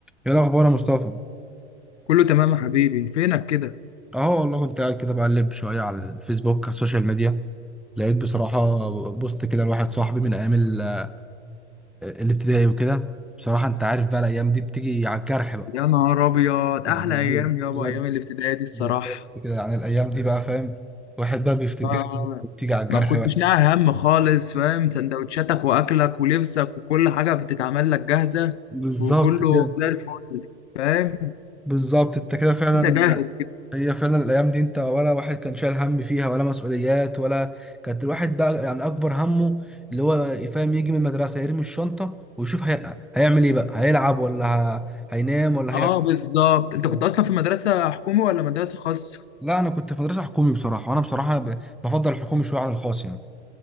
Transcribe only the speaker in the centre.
ايه الاخبار يا مصطفى
اهو والله كنت قاعد كده بقلب شويه على الفيسبوك على السوشيال ميديا لقيت بصراحه بوست كده لواحد صاحبي من ايام ال- آه، الابتدائي وكده بصراحه انت عارف بقى الايام دي بتيجي على الجرح بقى
يعني
ايوه
بجد
بالظبط كده يعني الايام دي بقى فاهم الواحد بقى بيفتكر
بتيجي على الجرح
بقى
بالظبط
كده
بالظبط انت كده فعلا
هي فعلا الايام دي انت ولا واحد كان شايل هم فيها ولا مسؤوليات ولا كانت الواحد بقى يعني اكبر همه اللي هو يفهم يجي من المدرسه يرمي الشنطه ويشوف هي... هيعمل ايه بقى هيلعب ولا ه... هينام ولا
هيعمل
إيه؟
لا انا كنت في مدرسه حكومي بصراحه وانا بصراحه ب... بفضل الحكومي شويه عن الخاص يعني